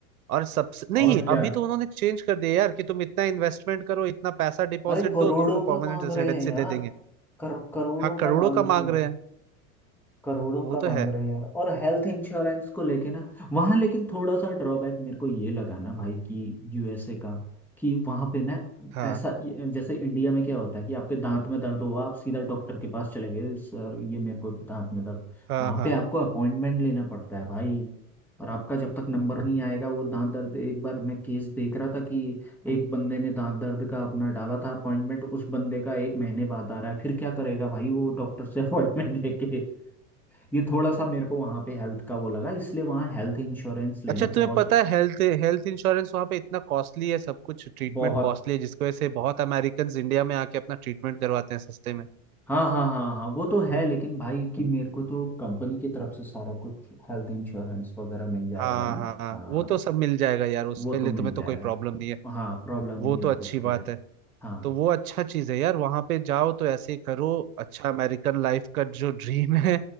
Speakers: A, on the right (about 85°); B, in the centre.
A: और सबसे नहीं
B: और क्या
A: अभी तो उन्होंने चेंज कर दिया यार कि तुम इतना इन्वेस्टमेंट करो इतना पैसा डिपॉजिट
B: अरे करोड़ों
A: दो तुमको परमानेंट
B: का मांग
A: रेसिडेंसी
B: रहे हैं यार
A: दे देंगे
B: कर, करोड़ों
A: हाँ करोड़ों
B: का मांग
A: का मांग
B: रहे हैं
A: रहे हैं
B: करोड़ों
A: वो
B: का
A: तो
B: मांग
A: है
B: रहे हैं यार और हेल्थ इंश्योरेंस को लेके ना वहाँ लेकिन थोड़ा सा ड्रॉबैक मेरे को ये लगा ना भाई कि यूएसए का कि वहाँ पे ना
A: हाँ
B: ऐसा जैसे इंडिया में क्या होता है कि आपके दांत में दर्द हुआ आप सीधा डॉक्टर के पास चले गए सर ये मेरे को दांत में दर्द
A: हाँ
B: वहाँ
A: हाँ
B: पे आपको अपॉइंटमेंट लेना पड़ता है भाई और आपका जब तक नंबर नहीं आएगा वो दांत दर्द एक बार मैं केस देख रहा था कि एक बंदे ने दांत दर्द का अपना डाला था अपॉइंटमेंट उस बंदे का एक महीने बाद आ रहा है फिर क्या करेगा भाई वो डॉक्टर से अपॉइंटमेंट <laughs> लेके ये थोड़ा सा मेरे को वहाँ पे हेल्थ का वो लगा इसलिए वहाँ हेल्थ इंश्योरेंस लेना
A: अच्छा तुम्हें
B: बहुत
A: पता है हेल्थ हेल्थ इंश्योरेंस वहाँ पे इतना कॉस्टली है सब कुछ ट्रीटमेंट
B: बहुत
A: कॉस्टली है जिसकी वजह से बहुत अमेरिकन इंडिया में आके अपना ट्रीटमेंट करवाते हैं सस्ते में
B: हाँ हाँ हाँ हाँ वो तो है लेकिन भाई कि मेरे को तो कंपनी की तरफ से सारा कुछ हेल्थ इंश्योरेंस वगैरह मिल जाएगा
A: हाँ
B: ना
A: हाँ हाँ
B: हाँ
A: वो तो सब मिल जाएगा यार उसके
B: वो तो
A: लिए
B: मिल
A: तुम्हें तो
B: जाएगा
A: कोई प्रॉब्लम नहीं है
B: हाँ प्रॉब्लम नहीं
A: वो तो
B: होगी
A: अच्छी
B: उसके
A: बात
B: लिए
A: है
B: हाँ
A: तो वो अच्छा चीज है यार वहां पे जाओ तो ऐसे ही करो अच्छा अमेरिकन लाइफ का जो ड्रीम है